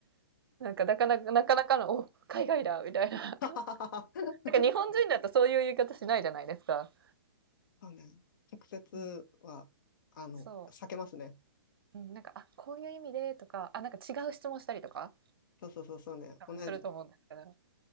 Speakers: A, on the right; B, on the left.
A: なんか、なかなか、なかなかの、お、海外だみたいな。
B: <laughs>
A: なんか日本人だとそういう言い方しないじゃないですか。
B: そうね。直接は、
A: うん。
B: あの、
A: そ
B: 避けますね。
A: う。うん、なんか、あ、こういう意味でとか、あ、なんか違う質問したりとか、
B: そうそうそうそうね。
A: 多分すると思うんですけど、
B: 同じ。